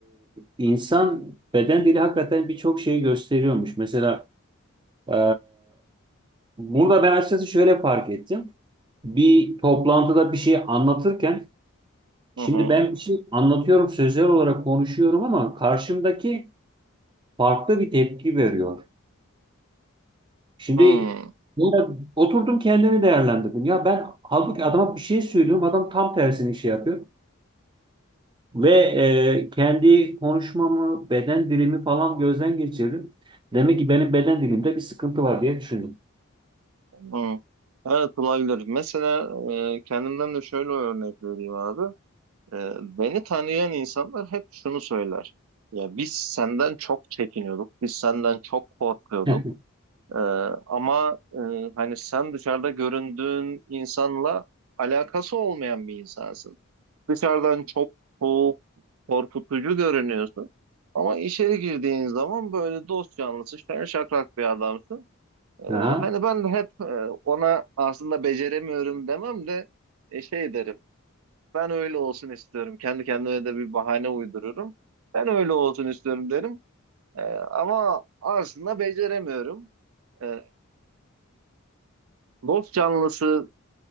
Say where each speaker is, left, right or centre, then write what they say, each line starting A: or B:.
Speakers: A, on the right; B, on the right.
A: e, insan beden dili hakikaten birçok şeyi gösteriyormuş. Mesela e, burada ben açıkçası şöyle fark ettim. Bir toplantıda bir şey anlatırken şimdi
B: Hı hı.
A: ben bir şey anlatıyorum, sözler olarak konuşuyorum ama karşımdaki farklı bir tepki veriyor. Şimdi
B: Hı.
A: burada oturdum kendimi değerlendirdim. Ya ben halbuki adama bir şey söylüyorum. Adam tam tersini şey yapıyor. Ve e, kendi konuşmamı, beden dilimi falan gözden geçirdim. Demek ki benim beden dilimde bir sıkıntı var diye düşündüm.
B: Hı. Evet olabilir. Mesela e, kendimden de şöyle örnek vereyim abi. Ee, beni tanıyan insanlar hep şunu söyler. Ya biz senden çok çekiniyorduk, biz senden çok korkuyorduk.
A: <laughs>
B: Ee, ama e, hani sen dışarıda göründüğün insanla alakası olmayan bir insansın. Dışarıdan çok soğuk, korkutucu görünüyorsun. Ama içeri girdiğin zaman böyle dost canlısı, şen şakrak bir adamsın. Ee,
A: Aha,
B: hani ben de hep e, ona aslında beceremiyorum demem de e, şey derim. Ben öyle olsun istiyorum. Kendi kendime de bir bahane uydururum. Ben öyle olsun istiyorum derim. Ee, ama aslında beceremiyorum. Ee, dost canlısı